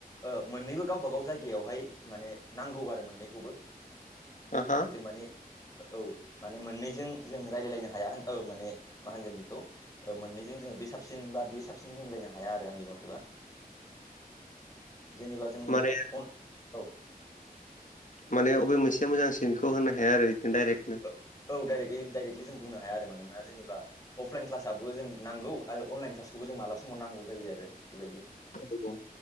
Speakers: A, on the left (about 25°); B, on the left (about 55°).
A: ओ मोन्नैबो गावबा गाव जायगायावहाय माने नांगौ आरो मोननैखौबो
B: आहा
A: जों माने औ माने मोननैजों जों रायजलायलायनो हाया होन औ माने मा होनगोन बेखौ मोननैजों जों जोङो बे साबसिन बा बे साबसिन बुंलायनो हाया आरो आंनि मथेबा जेनेबा जोङो
B: माने
A: अ औ
B: माने बबे मोनसेया मोजांसिन बेखौ होनो हाया आरो डाइरेक्टनो
A: औ औ डाइरेक्ट डाइरेक्ट लि जों बुंनो हाया आरो मानोना जोंनिबा अफलायन ख्लासाबो जोंनो नांगौ आरो अनलायेन ख्लासखौबो नांगौ मालाबा समाव नांगौ जा होयो आरो बेबायदि
B: उम